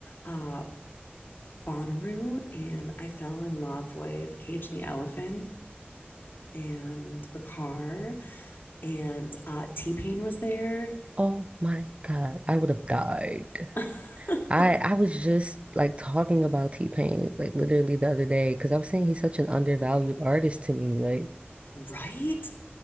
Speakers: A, on the left; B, on the right.
A: uh Bonnaroo and I fell in love with Cage the Elephant and Bakar and uh T-Pain was there.
B: Oh my God, I would have died.
A: <laughs>
B: I I was just like talking about T-Pain like literally the other day because I was saying he's such an undervalued artist to me. Like
A: Right?